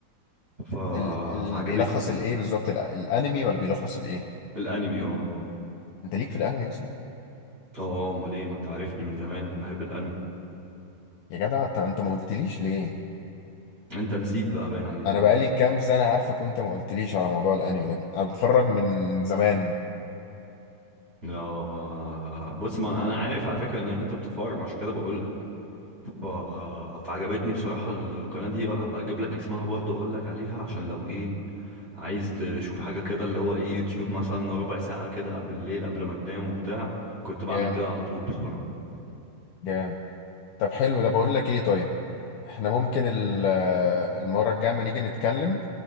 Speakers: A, on the right (about 20°); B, on the left (about 80°).
A: ف...
B: ال... ال...
A: فعجبتني
B: بيلخص الايه بالظبط ال... الانمي ولا بيلخص الايه
A: الانمي اه
B: انت ليك في الانمي اصلا
A: اه امال ايه ما انت عارفني من زمان بحب الانمي
B: يا جدع انت انت ما قلتليش ليه
A: انت نسيت بقى باين عليك
B: انا بقالي كام سنه عارفك وانت ما قلتليش على موضوع الانمي ده انا بتفرج من زمان
A: اه بص ما انا عارف على فكره ان انت بتتفرج عشان كده بقول لك ف... فعجبتني بصراحه القناه دي اه، هبقى اجيب لك اسمها برضه اقول لك عليها عشان لو ايه عايز تشوف حاجه كده اللي هو ايه يوتيوب مثلا ربع ساعه كده بالليل قبل ما تنام وبتاع كنت بعمل
B: جامد
A: كده على طول بصراحه
B: جامد طب حلو ده بقول لك ايه طيب احنا ممكن ال- المره الجايه لما نيجي نتكلم